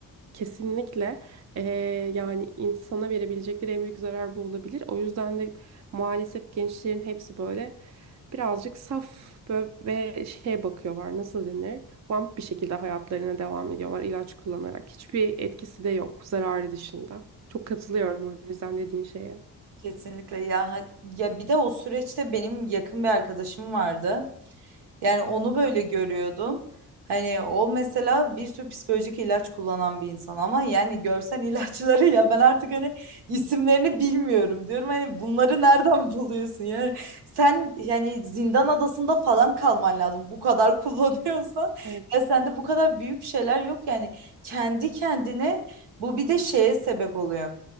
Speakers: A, on the right (about 45°); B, on the right (about 85°).
A: Kesinlikle e, yani insana verebilecekleri en büyük zarar bu olabilir. O yüzden de maalesef gençlerin hepsi böyle birazcık saf bö- ve şeye bakıyorlar nasıl denir? Vamp bir şekilde hayatlarına devam ediyorlar ilaç kullanarak. Hiçbir etkisi de yok zararı dışında. Çok katılıyorum o yüzden dediğin şeye.
B: Kesinlikle ya ha- ya bir de o süreçte benim yakın bir arkadaşım vardı. Yani onu böyle görüyordum. Hani o mesela bir sürü psikolojik ilaç kullanan bir insan ama yani görsen <laughs> ilaçları ya ben artık hani isimlerini bilmiyorum diyorum. Hani bunları nereden <laughs> buluyorsun? Yani sen yani zindan adasında falan kalman lazım bu kadar <laughs> kullanıyorsan.
A: Evet.
B: Ya sende bu kadar büyük şeyler yok yani kendi kendine bu bir de şeye sebep oluyor